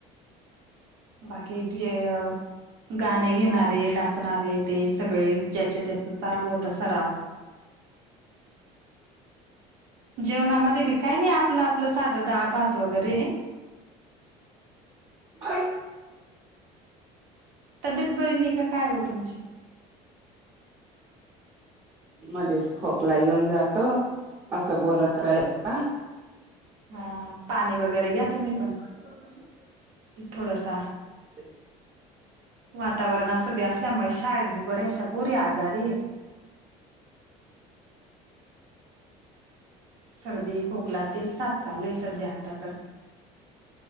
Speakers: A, on the right (about 80°); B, on the right (about 35°).
A: बाकी जे गाणे घेणारे नाचणारे ते सगळे ज्याचे त्याच चालू होत सराव जेवणामध्ये बी काय नाही, आपलं आपलं साधं दाळ भात वगैरे
B: हम
A: तब्येत बरी नाही का काय हो तुमची?
B: मध्येच खोकला येऊन जातो, असं बोलत राहिला
A: हां हां पाणी वगैरें घ्यां तुम्हीं पणं
B: काऊंन असं म्हणूं रांयली
A: थोडांसां
B: हम्मं
A: वातांवरण असं बी असल्यांमुळे शाळेत बी बऱ्यांचशा पोरीे आजांरी आहेतं सर्दी खोकलां ते सात चालूं आहे संध्या आंता तरं.